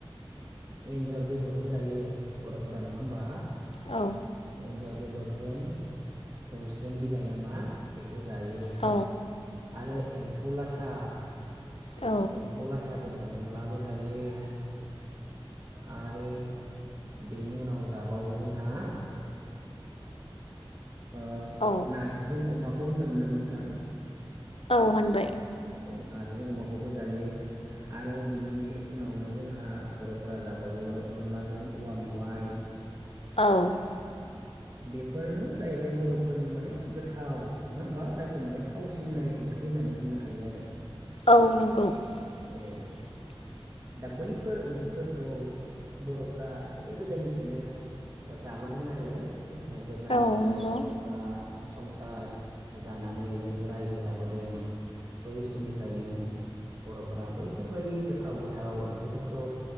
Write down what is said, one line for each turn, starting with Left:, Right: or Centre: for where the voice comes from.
Right: एन्जर बेदरखौबो जायो बर'फोरा नङा होमबा
Left: औ
Right: एन्ज जर बेदर बेदरजों दौस्रेम बिलाइ नामा बेखौ जायो।
Left: औ
Right: आरो एम्फौ लाथा।
Left: औ
Right: एम्फौ लाथाजों अनलाबो जायो। आरो बेनि उनाव जाबावो जोंहा ओ
Left: औ
Right: नारजिजों अमाखौ होनबायमोन नामा नोंथां?
Left: औ होनबाय।
Right: औ नार्जिजों अमाखौबो जायो आरो बिनि उनावनो जोंहा बर'फोरा जाबावो ओ अनलाजों औवा मेवाइ।
Left: औ।
Right: बेफोरनो जाहैबाय बर'फोरनि माने गोथाव नङा होमबा जायखौ माने थावसिननाय ओंख्रि होननानै बुंनो हायो आरो।
Left: औ नंगौ। <unintelligible>
Right: औ दा बैफोर ओंख्रिफोरखौ बर'फोरा गोदो गोदायनिफ्रायनो जाबोदों आरो। जेब्लानिफ्राय
Left: औ नंगौ
Right: बर'फोरा। संसार जानानै जितु रायजो जाबोदों। बै समनिफ्रायनो बर'फोरा बैफोरबायदि गोथाव गोथाव ओंख्रिफोरखौ